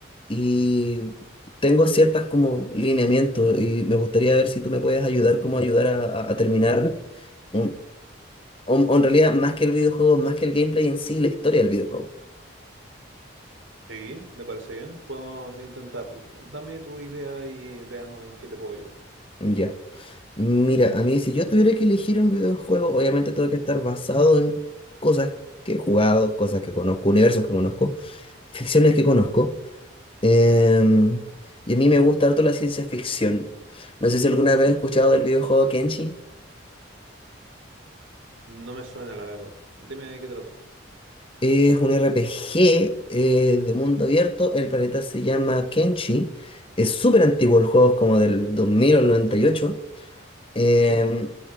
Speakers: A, on the left; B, on the right.
A: y tengo ciertas como lineamientos y me gustaría ver si tú me puedes ayudar, cómo ayudar a, a- a terminar, un- o- o en realidad más que el videojuego, más que el gameplay en sí, la historia del videojuego.
B: Sí, me parece bien. Podemos intentarlo. Dame tu idea y veamos en qué te puedo ayudar.
A: Ya. Mira, a mí si yo tuviera que elegir un videojuego, obviamente tengo que estar basado en cosas que he jugado, cosas que conozco, universos que conozco, ficciones que conozco. Em, y a mí me gusta harto la ciencia ficción. No sé si alguna vez has escuchado del videojuego Kenshi.
B: No me suena, la verdad. Dime de qué trata.
A: Es un RPG eh, de mundo abierto. El planeta se llama Kenshi. Es súper antiguo el juego, es como del 2000 o 98. Em,
B: Damn.